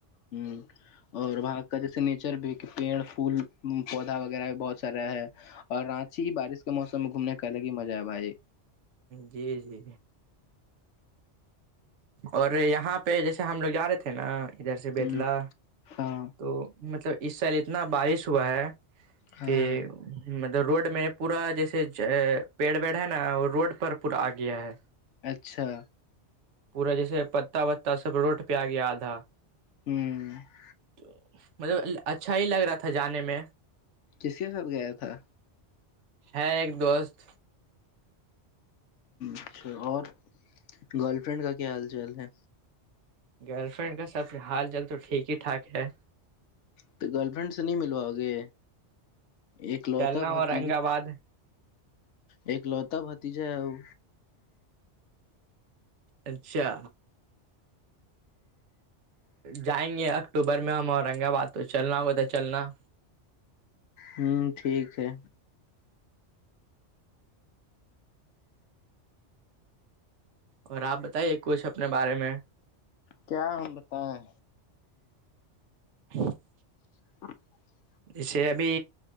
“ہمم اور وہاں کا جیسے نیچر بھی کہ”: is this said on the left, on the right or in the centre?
Left